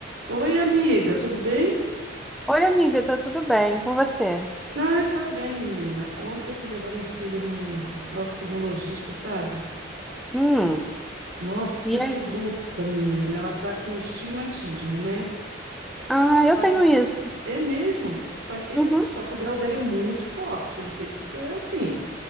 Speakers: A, on the right; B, in the centre.
A: Oi, amiga, tudo bem?
B: Oi, amiga, tá tudo bem com você?
A: Ai, tá bem, menina. Ontem eu fui levar minha filha no oftalmologista, sabe?
B: Hum,
A: Nossa,
B: e
A: que
B: aí?
A: luta, menina. Ela tá com estigmatismo, né?
B: Ah, eu
A: Só
B: tenho
A: que
B: isso.
A: é mesmo, só que
B: Uhum.
A: só que o grau dela é muito forte. Eu não sei se o seu é assim.